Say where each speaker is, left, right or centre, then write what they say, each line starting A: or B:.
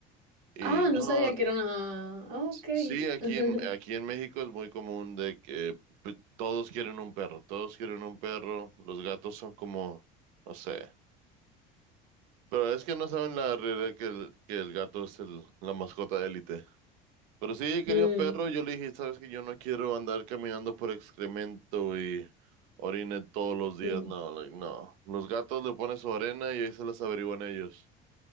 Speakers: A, on the right; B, on the right.
A: Y
B: Ah,
A: no,
B: no sabía que era una... Ah, Ok.
A: Sí, aquí
B: <laughs>
A: en, aquí en México es muy común de que p- todos quieren un perro, todos quieren un perro, los gatos son como, no sé, pero es que no saben la realidad que el, que el gato es el, la mascota de élite. Pero si ella quería
B: Mm,
A: un perro, yo le dije, sabes que yo no quiero andar caminando por excremento y orine todos los días,
B: mm.
A: no, like, no. Los gatos le ponen su arena y ahí se las averiguan ellos.